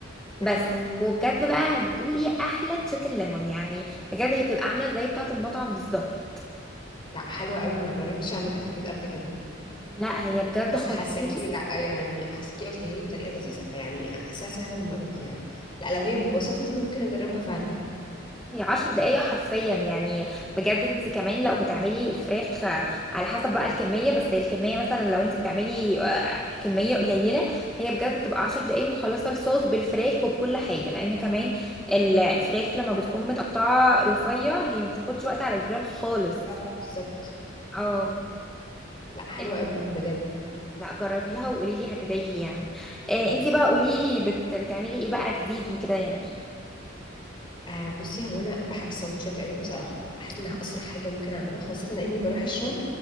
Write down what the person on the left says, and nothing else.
امم
لا حلوه قوي ما جربتش اعملها في البيت قبل كده
بس
حاساكي لا يعني حاساكي قلتيها لي بطريقه لذيذه فيعني حاساها سهله لما قلتيها لا لو هي بالبساطه دي ممكن اجربها فعلا
اه بالظبط
لا حلوه
قوي بجد
آه بصي هو انا بحب السندوتشات قوي بصراحه بحس انها اسرع حاجه ممكن اعملها خاصه اني بروح الشغل